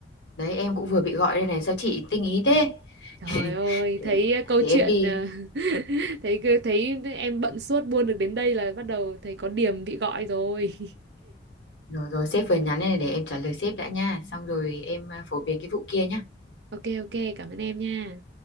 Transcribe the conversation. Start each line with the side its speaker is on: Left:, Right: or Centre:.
Left: đấy em cũng vừa bị gọi đây này sao chị tinh ý thế
Right: Trời
Left: <laughs>
Right: ơi,
Left: để,
Right: thấy
Left: em-
Right: câu
Left: để em
Right: chuyện
Left: đi
Right: ờ, <laughs> thấy thấy em bận suốt buôn được đến đây là bắt đầu thấy có điểm bị gọi rồi. <laughs>
Left: rồi rồi sếp vừa nhắn đây này để em trả lời sếp đã nha xong rồi em à, phổ biến cái vụ kia nhá
Right: ok ok cảm ơn em nha